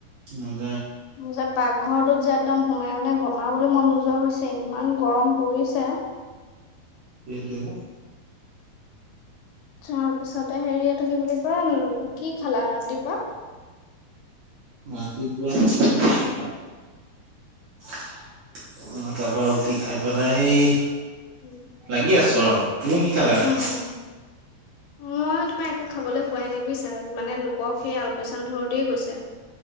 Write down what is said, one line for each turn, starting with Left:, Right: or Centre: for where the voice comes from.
Right: উম।
Left: মোৰ যে পাকঘৰটোত যে একদম সোমাই মানে বনাবলৈ মন নোযোৱা হৈছে, ইমান গৰম পৰিছে!
Right: সেইটোৱে অ'।
Left: তাৰপিছতে হেৰি এইটো কি বুলি কই, উম, কি খালা ৰাতিপুৱা?
Right: ৰাতিপুৱা <unintelligible> কি খালো তাৰাপা ৰুটি খাই পেলাই হেই
Left: উম
Right: লাগি আছো আৰু। তুমি কি খালা ৰাতিপুৱা?
Left: উম মই তোমাৰ একো খাবলৈ হোৱাই নাই বুজিছা। মানে লোকক সেই আলপৈচান ধৰোতেই গৈছে।